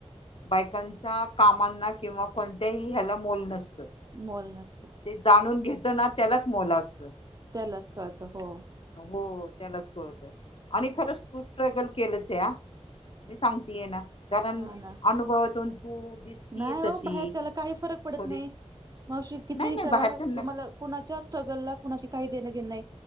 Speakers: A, on the left (about 50°); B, on the right (about 35°).
A: बायकांच. ह्या कामांना किंवा कोणत्याही ह्याला मोल नसत
B: मोल नसतं
A: ते जाणून घेत. ना त्यालाच मोलं असत.
B: त्यालाच कळतं हो
A: हो त्यालाच. <unintelligible> आणि खरंच तूप ट्रॅगल केलंच या मी सांगतीय ना. कारण
B: हा ना.
A: अनुभवातून. तू दिसतीय
B: नाही हो
A: तशी
B: बाहेरच्याला काही फरक पडत
A: कधी
B: नाही. मावशी किती
A: नाही नाही
B: करा
A: बाहेरच्याना
B: तुम्हाला कणाच्या स्ट्रगल ला कुणा शी. काही देण घे नाही